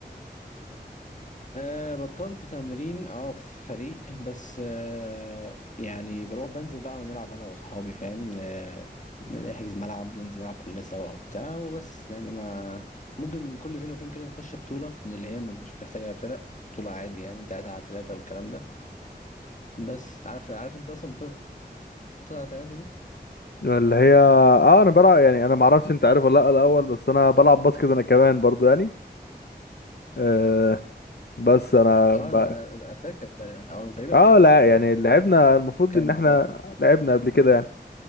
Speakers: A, on the left; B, on the left.
A: أه بطلت تمرين اه في فريق بس أه يعني بروح بنزل بقى بنلعب انا واصحابي فاهم أه نحجز ملعب ننزل نلعب كلنا سوا وبتاع وبس يعني ما ممكن كل فين وفين كده نخش بطولة من اللي هي ما- مش محتاجة فرق بطولة عادي يعني تلاتة على تلاتة والكلام ده بس عارف عارف انت اصلا بطولة تلاتة على تلاتة دي
B: اللي هي اه انا بلعب يعني انا معرفش انت عارف ولا لا الاول بس انا بلعب باسكت انا كمان برضو يعني آه بس انا
A: اه
B: ب...
A: انا انا فاكر او تقريبا
B: اه
A: حاسس
B: لا
A: يعني
B: يعني لعبنا المفروض
A: كمل
B: ان احنا
A: طيب
B: لعبنا قبل كده يعني